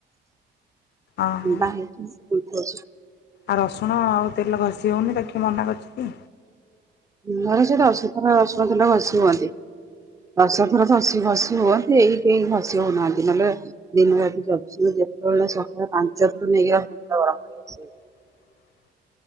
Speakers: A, on the left (about 60°); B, on the right (about 15°).
A: ଓହୋ।
B: ବାହ <unintelligible>
A: ଆଉ ରସୁଣ ଆଉ ତେଲ ଘଷି ହେଉନି ତାକୁ କିଏ ମନା କରିଛି କି।
B: ଘରେ ସେଟ <unintelligible> ବସି ହୁଅନ୍ତି ଦଶ ଥର ଘଷି ଫସି ହୁଅନ୍ତି ଏଇ କେ ଘସି ହଉନାହାନ୍ତି ନହେଲେ ଦିନ ରାତି ଚବିଶ ଯେତେବେଳେ ସକାଳେ ପାଞ୍ଚ ଥର ନେଇକି <inaudible>
A: ହ